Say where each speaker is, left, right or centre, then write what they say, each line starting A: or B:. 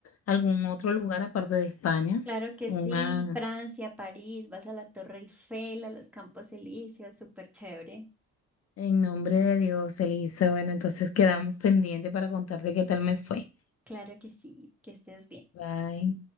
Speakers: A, on the left (about 55°); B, in the centre.
A: algún otro lugar aparte de España.
B: Claro que
A: Una,
B: sí, Francia, París, vas a la Torre Eiffel, a los Campos Elíseos, súper chévere.
A: en nombre de Dios, Elisa. Bueno, entonces quedamos pendientes para contarte qué tal me fue.
B: Claro que sí, que estés bien.
A: Bye.